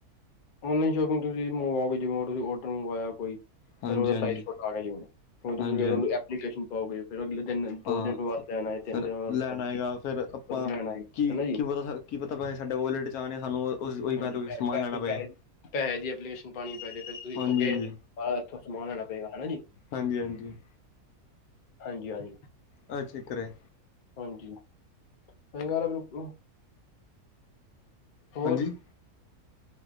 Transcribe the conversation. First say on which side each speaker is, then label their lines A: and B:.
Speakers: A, on the left; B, on the left.
A: ਓਨਲਾਈਨ ਸ਼ੋਪਿੰਗ ਤੁਸੀਂ ਤੁਸੀਂ ਮੰਗਵਾਓਗੇ ਜਿਵੇ ਤੁਸੀਂ ਔਡਰ ਮੰਗਵਾਇਆ ਕੋਈ
B: ਹਾਂਜੀ
A: ਫ ਉਹਦਾ
B: ਹਾਂਜੀ
A: ਸਾਈਜ਼ ਛੋਟਾ ਆ ਗਿਆ ਜੀ ਹੁਣ-ਹੁਣ ਤੁਸੀਂ
B: ਹਾਂਜੀ
A: ਉਹਨੂੰ
B: ਹਾਂਜੀ
A: ਫੇਰ ਐਪਲੀਕੇਸ਼ਨ ਪਾਓਗੇ। ਫਿਰ ਅਗਲੇ ਦਿਨ ਦੋ
B: ਹਾਂ
A: ਦਿਨ ਬਾਅਦ ਲੈਣ ਆਏ ਤਿੰਨ
B: ਫਿਰ
A: ਦਿਨ ਬਾਅਦ
B: ਲੈਣ
A: ਮਰਜ਼ੀ
B: ਆਏਗਾ ਫਿਰ ਆਪਾਂ
A: ਕਦੋਂ ਲੈਣ ਆਏ
B: ਕੀ-ਕੀ
A: ਹਨਾ ਜੀ
B: ਪਤਾ ਕੀ ਪਤਾ ਪੈਸੇ ਸਾਡੇ ਵੋਲਟ ਚ ਆਣ ਸਾਨੂੰ ਉਸ ਉਹੀ ਪੈਸੇ
A: ਹਾਂਜੀ
B: ਤੋਂ
A: ਪੈ-ਪੈ-ਪੈੇ
B: ਸਮਾਨ ਲੈਣਾ ਪਏ
A: ਦੀ ਪੈਸੇ ਦੀ ਐਪਲੀਕੇਸ਼ਨ ਪਾਣੀ ਪੈ ਜੇ ਫਿਰ ਤੁਸੀ
B: ਹਾਂਜੀ
A: ਕਹੋਗੇ
B: ਹਾਂਜੀ
A: ਬਾਅਦ ਇੱਥੋਂ ਸਮਾਨ ਲੈਣਾ ਪਏਗਾ ਹੈਨਾ ਜੀ।
B: ਹਾਂਜੀ ਹਾਂਜੀ
A: ਹਾਂਜੀ-ਹਾਂਜੀ।
B: ਆਹ ਚੱਕਰ ਹੈ
A: ਹਾਂਜੀ। ਹੈਗਾ ਬਿਲਕੁਲ। ਹੋਰ
B: ਹਾਂਜੀ